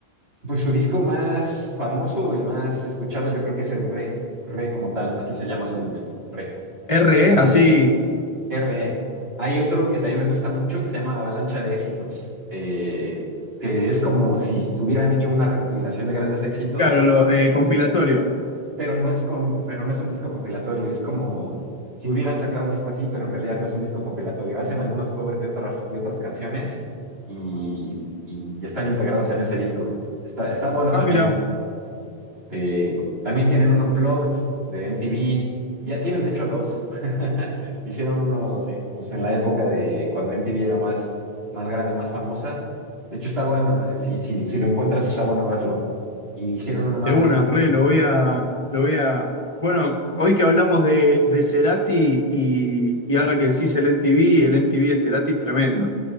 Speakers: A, on the right; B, on the left.
A: pues su disco más famoso o el más escuchado, yo creo que es el Re, Re como tal, así se llama solito, Re.
B: RE,
A: Eh,
B: así,
A: RE. Hay otro que también me gusta mucho que se llama Avalancha de Éxitos, eh, que es como si hubieran hecho una recopilación de grandes éxitos
B: claro, lo, eh, compilatorio.
A: pero no es con, pero no es un disco compilatorio, es como si hubieran sacado un disco así, pero en realidad no es un disco compilatorio. Hacen algunos covers de otras, de otras canciones y, y están integrados en ese disco. Está, está bueno
B: Ah,
A: también.
B: mira.
A: Eh, también tienen un Unplugged de MTV. Ya tienen, de hecho, dos. <laughs> Hicieron uno, eh, pues, en la época de cuando MTV era más, más grande, más famosa. De hecho, está bueno. eh, Si, si, si lo encuentras, está bueno verlo. Y hicieron uno más
B: De una,
A: reciente
B: re, lo voy a, lo voy a. Bueno, hoy que hablamos de, de Cerati y, y ahora que decís el MTV, el MTV de Cerati es tremendo.